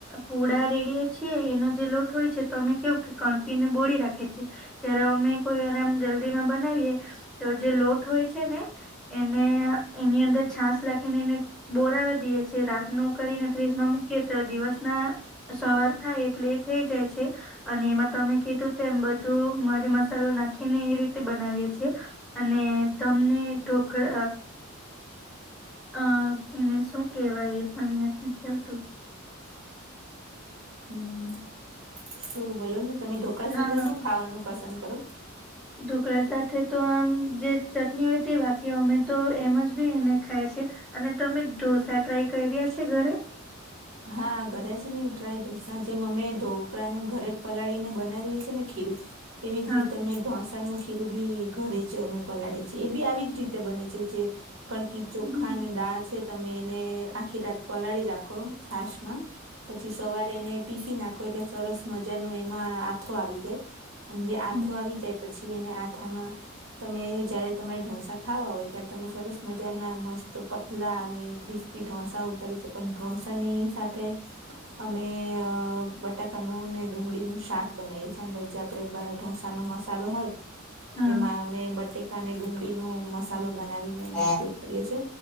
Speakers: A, in the centre; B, on the right (about 75°).
A: પૂડા રેડીએ છીએ એનો જે લોટ હોય છે તો અમે કેવું કે કણકીને બોળી રાખે છેીએ ત્યારે અમે કોઈ આરામ જલ્દીમાં બનાવીએ તો જે લોટ હોય છે ને એને એની અંદર છાસ નાખીને એને બોરાવી દે છે રાતનું કરીને ફ્રીજમાં મૂકી તો દિવસ ના સવાર થાય એટલે એ થઈ જાય છે અને એમાં તમે કીધું તેમ બધું મરી મસાલો નાખીને એ રીતે બનાવીએ છીએ અને તમને ઢોકળ અ એને શું કેહેવાય એ પણ યાદ નથી આવતું
B: હમ શું બોલો ને તમે ઢોકળા
A: હા
B: સાથે
A: હા
B: શું ખાવાનું પસંદ કરો
A: ઢોકળા સાથે તો આમ જે ચટણી હોય તે બાકી અમે તો એમ જ બી એને ખાયએ છેી અને તમે ઢોસા ટ્રાય કર્યા છે ઘરે
B: હા ઘરે છે ને ટ્રાય સા જે અમે ઢોકળાનુંું ઘરે પલાળી ને બનાવી ને ખીરું એવી જ
A: હા.
B: રીતેમે ઢોસાનું ીરું બી ઘરે છે અમે પલાળે છે એ બી આવી જ રીતે બને છે જે કણકી ચોખા
A: હમ
B: અને દાળ છે તમે એને આખી રાત પલાળી રાખો છાશ પછી સવારે એને પીસી નાખો એટલે સરસ મજા ન એમાં આથો આવી જાય અને જે આથો
A: હમ
B: આવી જાય. પછી એને આથામાં તમે જયારે તમારે ઢોસા ખાવા હોય ત્યારે તમે સરસ મજાના મસ્ત પતલા અને ક્રિસ્પી ઢોંસા ઉતારીશ પણ ઢોસા ની સાથે અમે બટાકાનું ને ડુંગળીનું શાક બનાવીએ છીએ અંદર આપે બાર ઢોસા નો મસાલો હોય
A: હા
B: એમાં અમે બટેકાને ડુંગળી નો મસાલો બનાવીને એનો
A: હા
B: ઉપયોગ કરીએ છે